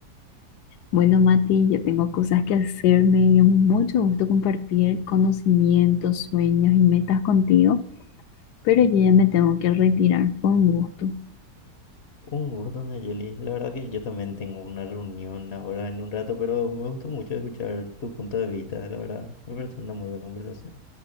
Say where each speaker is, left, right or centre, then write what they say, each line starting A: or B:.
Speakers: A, on the left; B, on the left.
A: Bueno, Mati, yo tengo cosas que hacer, me dio mucho gusto compartir conocimientos, sueños y metas contigo, pero yo ya me tengo que retirar. Fue un gusto.
B: Un gusto, Nayeli. La verdad que yo también tengo una reunión ahora en un rato, pero me gustó mucho escuchar tu punto de vista, la verdad. Me pareció una muy buena conversación.